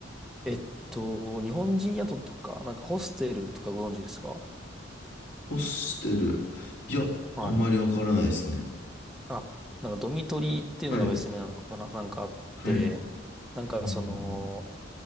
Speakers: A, in the centre; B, on the left.
A: えっと、日本人宿とか、なんかホステルとかご存知ですか
B: ホステル。いや、
A: はい。
B: あんまりわからないですね。
A: あ、なんかドミトリーっていうのが別名なのかななんかあって、
B: はい。はい。うん。
A: なんかその、
B: うん。